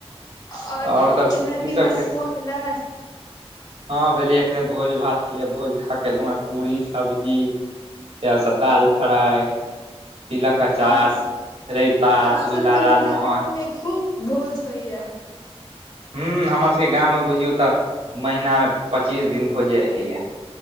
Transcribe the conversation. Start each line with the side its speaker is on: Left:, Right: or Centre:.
Left: और
Right: आओर सब
Left: खेना
Right: की
Left: पीना
Right: खे
Left: सब भ गेलै
Right: हँ भेलैया अखने भोज भात छलै भोज खा कलहु हे पूरी सब्जी सेहे सब दाल फ्राई तिलक अचार
Left: अहाँ
Right: रैता
Left: अहाँ
Right: रसगुल्ला
Left: सबके
Right: लालमोहन
Left: मुदा गाम मे खूब भोज होइया
Right: हूं हमर सबके गांम में बुझियौ तऽ महीना में पच्चीस दिन भोजे रहेया